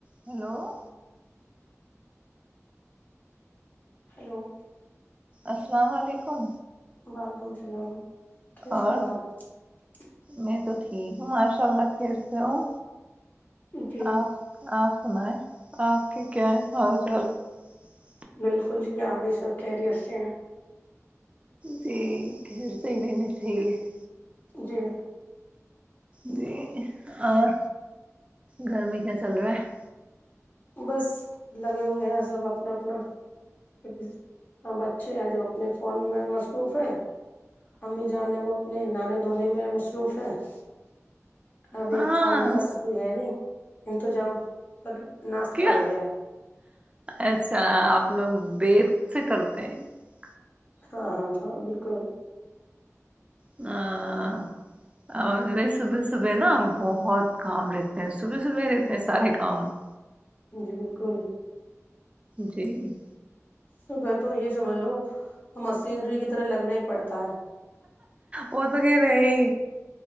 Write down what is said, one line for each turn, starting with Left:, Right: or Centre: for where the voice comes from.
Right: hello <unintelligible>
Left: hello <unintelligible>
Right: السلام علیکم
Left: وعلیکم السلام کیسے
Right: اور
Left: ہیں آپ <unintelligible>
Right: میں تو ٹھیک ہوں ماشاء اللہ خیر سے ہوں
Left: جی
Right: آپ آپ سنیں آپ کے کیا ہے حال چال <unintelligible>
Left: بالکل جی آپ یہ سب کہہریی سے ہیں
Right: ٹھیک ہے صحی رہ نہیں صحیح ہے <unintelligible>
Left: جی <unintelligible>
Right: جی اور گرمی کیا چل رہا ہے <unintelligible>
Left: بس لگے ہوئے ہیں سب اپنا اپنا سب بچے ہیں جو اپنے فون میں مصروف ہے امی جانے وہ <unintelligible> اپنے نانے دونے میں مصروف ہے <unintelligible> ابھی
Right: ہاں
Left: کھانے کا تو کوئی ہے نہیں انتظام پر <unintelligible> ناشتا
Right: کیا
Left: ہو گیا ہے <unintelligible>
Right: اچھا آپ لوگ دیر سے کرتے ہیں <unintelligible>
Left: ہاں ہاں ہاں بالکل <unintelligible>
Right: ہ <unintelligible> اور یہ سب سب نا <unintelligible> بہت کام رہتے ہیں صبح صبح رہتے ہیں سارے کام <unintelligible>
Left: جی بالکل <unintelligible>
Right: جی <unintelligible>
Left: صبح تو یہ سمجھ لو مشینری کی طرح لگنا ہی پڑتا ہے
Right: وہ تو گ رہے ہی